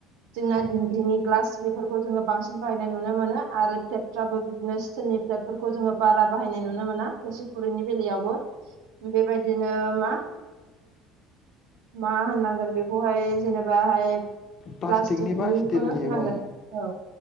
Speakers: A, on the right; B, on the left.
A: जोंना दिंग्रिनि ग्लास बेफोरखौ जोङो बांसिन बाहायनाय नुनो मोनो। आरो प्लेट फ्राबो बिदिनो सिथेलनि प्लेटफोरखौ जोङो बारा बाहायनाय नुनो मोना, थोरसि, खुरैनि बेलायावबो। बेबायदिनो मा मा होननांगोन बेखौहाय जेनेबाहाय
B: प्लास्टिकनि
A: प्लास्टिकनिखौनो
B: बा स्टिलनि
A: होनांगोन
B: ओं
A: औ